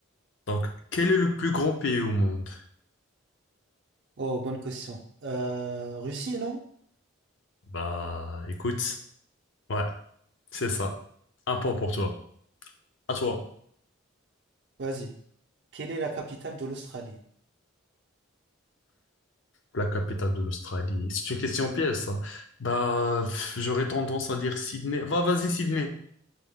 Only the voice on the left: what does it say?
Donc, quel est le plus grand pays au monde?
Bah, écoute, ouais, c'est ça. Un point pour toi. À toi.
La capitale de l'Australie. C'est une question pièce, ça. Bah, pff, j'aurais tendance à dire Sydney. Va, vas-y, Sydney.